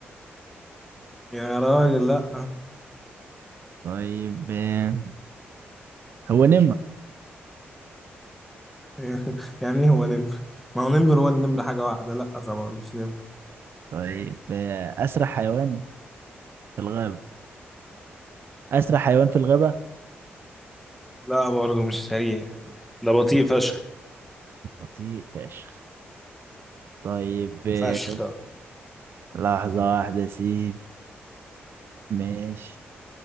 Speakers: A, in the centre; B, on the right.
A: يا راجل لأ
B: طيب إيه، هو نمر
A: <laughs> يعني إيه هو نمر؟ ما هو نمر هو النمر حاجة واحدة لأ طبعا مش نمر
B: طيب إيه، أسرع حيوان في الغابة أسرع حيوان في الغابة
A: لا برضه مش سريع ده بطيء فشخ
B: بطيء فشخ طيب آه،
A: فشخ
B: لحظة واحدة يا سيدي ماشي